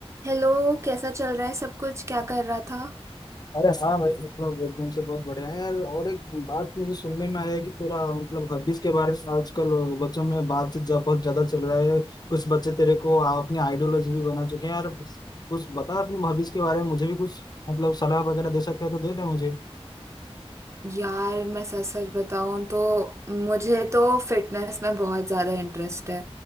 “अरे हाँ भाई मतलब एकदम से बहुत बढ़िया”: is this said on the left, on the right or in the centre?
Left